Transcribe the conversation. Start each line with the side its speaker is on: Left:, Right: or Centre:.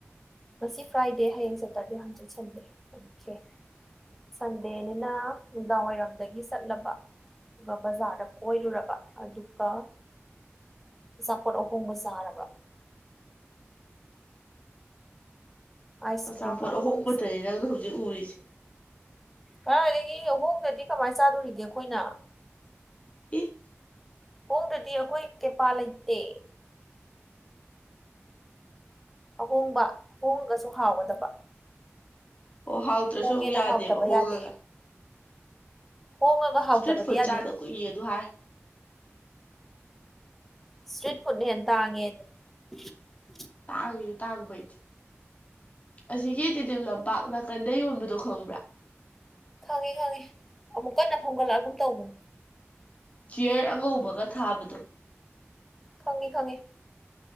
Centre: ꯃꯁꯤ ꯐ꯭ꯔꯥꯏꯗꯦ ꯍꯌꯦꯡ ꯁꯦꯇꯔꯗꯦ ꯍꯥꯡꯆꯠ ꯁꯟꯗꯦ ꯑꯣꯀꯦ ꯁꯟꯗꯦꯅꯤꯅ ꯅꯨꯡꯗꯥꯡꯋꯥꯏꯔꯝꯗꯒꯤ ꯆꯠꯂꯕ ꯑꯗꯨꯒ ꯕꯖꯥꯔꯗ ꯀꯣꯏꯔꯨꯔꯕ ꯑꯗꯨꯒ ꯑꯆꯥꯄꯣꯠ ꯑꯍꯣꯡꯕ ꯆꯥꯔꯕ ꯑꯥꯏꯁ
Left: ꯑꯆꯥꯄꯣꯠ
Centre: ꯀ꯭ꯔꯤꯝ ꯑꯃꯃꯝ
Left: ꯑꯍꯣꯡꯕꯇꯅꯤ ꯅꯪꯅ ꯍꯧꯖꯤꯛ ꯎꯔꯤꯁꯦ
Centre: ꯀꯗꯥꯥꯏꯏꯗꯒꯤ ꯑꯍꯣꯡꯗꯗꯤ ꯀꯃꯥꯏꯅ ꯆꯥꯗꯣꯔꯤꯒꯦ ꯑꯩꯈꯣꯏꯅ
Left: ꯏ
Centre: ꯄꯣꯡꯗꯗꯤ ꯑꯩꯈꯣꯏ ꯀꯩꯄꯥꯜ ꯂꯩꯇꯦ ꯑꯍꯣꯡꯕ ꯑꯍꯣꯡꯉꯒꯁꯨ ꯍꯥꯎꯒꯗꯕ
Left: ꯑꯣ ꯍꯥꯎꯇ꯭ꯔꯁꯨ
Centre: ꯍꯣꯡꯉꯦꯅ
Left: ꯌꯥꯗꯦꯕ
Centre: ꯍꯥꯎꯇꯕ
Left: ꯍꯣꯡꯉꯒ
Centre: ꯌꯥꯗꯦ ꯍꯣꯡꯉꯒ ꯍꯥꯎꯇꯕꯗꯤ
Left: ꯏꯁꯇ꯭ꯔꯤꯠ ꯐꯨꯗ
Centre: ꯌꯥꯗꯦ
Left: ꯆꯥꯗ ꯀꯨꯏ ꯑꯗꯨ ꯍꯥꯏ
Centre: ꯏꯁꯇ꯭ꯔꯤꯠ ꯐꯨꯗꯅ ꯍꯦꯟꯅ ꯇꯥꯡꯉꯦ ꯑꯗꯨꯅ
Left: ꯇꯥ ꯇꯥꯒꯕꯩꯠ ꯑꯁꯤꯒꯤ ꯇꯤꯇꯜ ꯂꯝꯄꯥꯛ ꯅꯥꯀꯟꯗ ꯌꯣꯟꯕꯗꯣ ꯈꯪꯕ꯭ꯔꯥ
Centre: ꯈꯪꯉꯤ ꯈꯪꯉꯤ ꯑꯃꯨꯛ ꯀꯟꯅ ꯐꯝꯒꯠꯂꯛꯑꯒꯝ ꯇꯧꯕꯅꯦ
Left: ꯆꯤꯌꯔ ꯑꯉꯧꯕꯒ ꯊꯥꯕꯗꯣ
Centre: ꯈꯉꯦ ꯈꯉꯦ